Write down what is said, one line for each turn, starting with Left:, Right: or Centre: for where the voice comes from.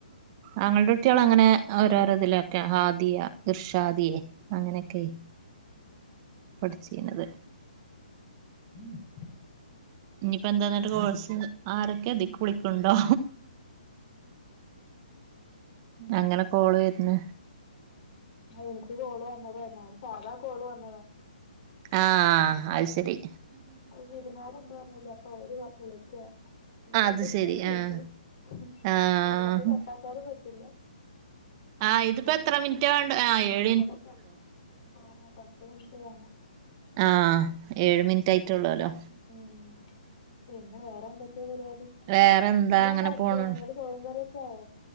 Right: ആങ്ങൾ ന്റെ കുട്ട്യാള്, അങ്ങനെ ഓരോര തിലൊക്കെ ആദിയ, ഹിർഷ ദിയ അങ്ങനെയൊക്കെയ്ന്.
Left: <inaudible>
Right: പഠിച്ചിന്നത്
Left: <inaudible>
Right: ഇനിയിപ്പോ എന്താന്നായിട്ട് കോഴ്സ് ആരൊക്കെ അതിൽ കുളി ക്കു ണ്ടോ
Left: ആഹ്
Right: അങ്ങനെ കോള് വരുന്ന്
Left: ആഹ് ഇൻക്ക് കോള് വന്നതായിര്ന്നു. അത് സാധാ കോള് വന്നതാ.
Right: ആഹ്, ആഹ് ശരി.
Left: വിരുന്നാരുണ്ട് റഞ്ഞിലെ, അപ്പൊ അവര് വിളിക്ക. നിപ്പ
Right: അത്
Left: ന്താ
Right: ശരി
Left: ചെയ്യ?
Right: ആഹ്
Left: ഹ്
Right: ആഹ്
Left: എടക്ക് കട്ടക്കാനും പറ്റൂല്ല.
Right: ആഹ്, ഇതിപ്പോ എത്ര മിനിറ്റ് വേണ്ടെ ആയെ? ഏഴ്
Left: അതന്നെ ആഹ് പത്ത് മിനിറ്റ് വേണം.
Right: ആ ഏഴ് മിനിറ്റ് ആയിട്ടുള്ളൂല്ലോ
Left: ഉം പിന്നെ വേറെ എന്തൊക്കെ പരിപാടി
Right: വേറെ ന്താ,
Left: ഇനി
Right: അങ്ങനെ
Left: എന്താ അടുത്ത
Right: പോണു.
Left: നിങ്ങടെ ചോറും, കറിയും ക്കെ ആയ.